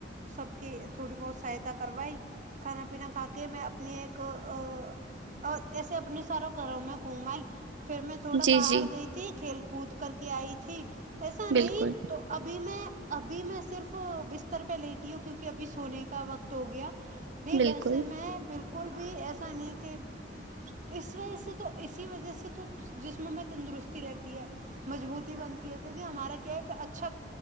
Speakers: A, on the right; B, on the right.
A: سب کی تھوڑی بہت سہاتا کروائی کھانا پینا کھا کے میں اپنی ایک اور ایسے اپنے ساروں گھروں میں گ مل پھر میں تھوڑا
B: جی
A: باہر
B: جی
A: گئی تھی کھیل کود کر کے آئی تھی ایسا
B: بالکل
A: نہیں تو ابھی میں ابھی میں صرف بستر پہ لیتی ہوں کیونکہ ابھی سونے کا وقت ہو گیا نہیں
B: بالکل
A: ویسے میں بالکل بھی ایسا نہیں کہھی اس وجہ سے تو اسی وجہ سے تو جسم میں تندرستی رہتی ہے مضبوطی بنتی ہے کیونکہ ہمارا کیا ہے اچھا